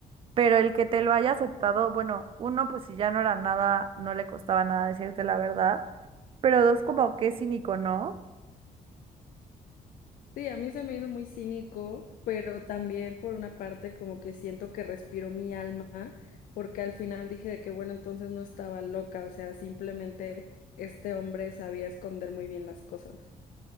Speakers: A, on the right; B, on the left.
A: Pero el que te lo haya aceptado, bueno, uno, pues si ya no era nada, no le costaba nada decirte la verdad. Pero dos, como qué cínico, ¿no?
B: Sí, a mí se me hizo muy cínico, pero también por una parte como que siento que respiro mi alma, porque al final dije de que bueno, entonces no estaba loca, o sea, simplemente este hombre sabía esconder muy bien las cosas.